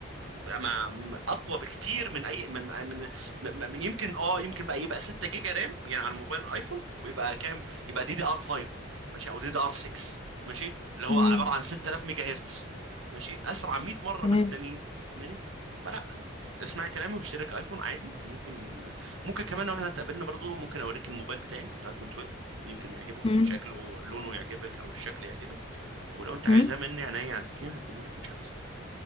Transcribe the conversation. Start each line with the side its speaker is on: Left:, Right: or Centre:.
Right: يبقى مع م- اقوى بكتير من اي من من م- م- يمكن اه يمكن بقى يبقى 6 جيجا رام يعني على الموبايل الايفون ويبقى كام يبقى دي دي ار 5 ماشي او دي دي ار 6 ماشي اللي هو
Left: مم،
Right: عباره عن 6000 ميجا هرتز ماشي اسرع 100 مره
Left: تمام
Right: من التانيين فاهماني فلا اسمعي كلامي واشترك ايفون عادي ممكن ممكن كمان لو احنا اتقابلنا برضو ممكن اوريك الموبايل بتاعي الايفون 12 يمكن يعجبك
Left: إمم،
Right: شكله لونه يعجبك او الشكل يعجبك ولو انت عايزاه
Left: إمم،
Right: مني عينيا على الاثنين هديهولك مش عاوز